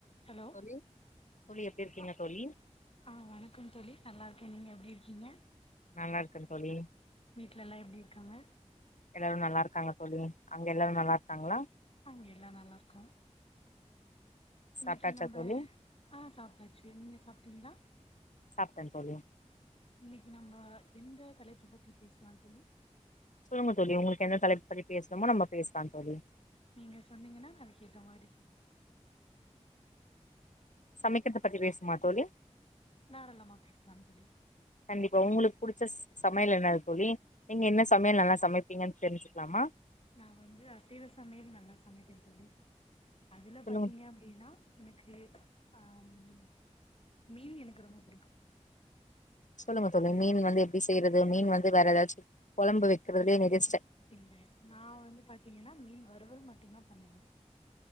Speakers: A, on the left; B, on the left.
A: Hello
B: தோழி தோழி எப்டி இருக்கீங்க
A: ஆ
B: தோழி
A: ஆஹ வணக்கம் தோழி நல்லா நீங்க எப்படி இருக்கீங்க
B: நல்லா இருக்கன் தோழி
A: வீட்ல எல்லா எப்படி இருக்காங்க
B: எல்லாரு நல்லா இருக்காங்க தோழி அங்க எல்லாரும் நல்லா இருக்காங்களா
A: அங்க எல்லா நல்லா இருக்கோம் இன்னைக்கு
B: சாப்ட்டாச்சா
A: நம்ப
B: தோழி
A: ஆ சாப்பிட்டாச்சு நீங்க சாப்பிட்டீங்களா
B: சாப்டந் தோழி
A: இன்னைக்கு நம்ம எந்த தலைப்பு பத்தி பேசலாம் தோழி
B: சொல்லுங்க தோழி உங்களுக்கு எந்த தலைப்ப பத்தி பேசணுமோ நம்ம பேசலாம் தோழி
A: நீங்க சொன்னீங்கன்னா அதுக்கு ஏத்த மாதிரி சொல்வ
B: சமைக்கறத பத்தி பேசுமா தோழி
A: தாராளமா பேசலாம் தோழி
B: கண்டிப்பா உங்களுக் புடிச்ச சமையல் என்ன தோழி. நீங்க என்ன சமையல் நல்லா சமைப்பீங்கன் தெரிஞ்சுக்லாமா
A: நா வந்து அசைவ சமையல் நல்லா சமைப்பே தோழி அதுல
B: சொல்லுங்க
A: பாத்தீங்கனா அப்படின்னா எனக்கு அம் மீன் எனக்கு ரொம்ப பிடிக்கும்
B: சொல்லுங்க தோழி மீன் வந்து எப்படி செய்யறது மீன் வந்து வேற ஏதாச்சு குழம்பு வைக்கறது <unintelligible>
A: இல்ல நா வந்து பாத்தீங்கன்னா மீன் வருவல் மட்டுந்தா பண்ணுவே